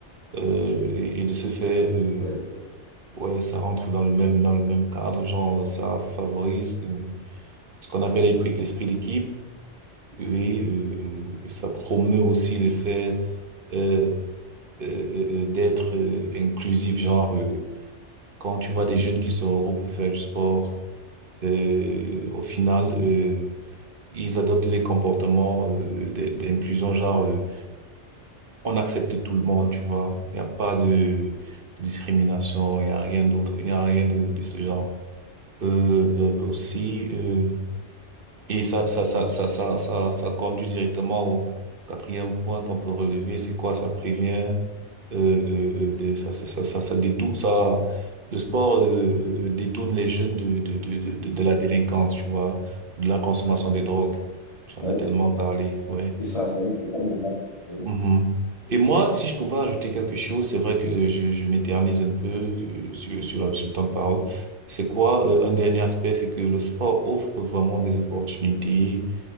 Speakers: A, on the right; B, on the left.
A: Euh, et, et de ce fait, euh,
B: Oui.
A: ouais, ça rentre dans le même dans le même cadre, genre ça favorise euh, ce qu'on appelle l'esprit l'esprit d'équipe. Oui, euh, euh, ça promeut aussi l'effet euh, euh, euh, euh, d'être euh, inclusif, genre euh, quand tu vois des jeunes qui se regroupent pour faire du sport, euh, au final, euh, ils adoptent des comportements euh, d'- d'inclusion, genre euh, on accepte tout le monde, tu vois, il n'y a pas de discrimination, il n'y a rien d'autre, il n'y a rien de, de ce genre. Euh, euh, aussi, euh, Et ça, ça, ça, ça, ça, ça, ça conduit directement au quatrième point qu'on peut relever, c'est quoi? Ça prévient, euh, euh, euh, des- ça, ça, ça, ça, ça détourne, ça, le sport, euh, euh, euh, détourne les jeunes de, de, de, de, de de la délinquance, tu vois, ou de la consommation des drogues. Tu en
B: Ouais,
A: as tellement parlé, ouais.
B: c'est ça, ça veut dire qu'on doit- oui,
A: Mhm. Et moi, si je pouvais ajouter quelque chose, c'est vrai que euh, je, je m'éternise un peu euh, sur, sur, la- sur le temps de parole. C'est quoi, euh, un dernier aspect, c'est que le sport offre vraiment des opportunités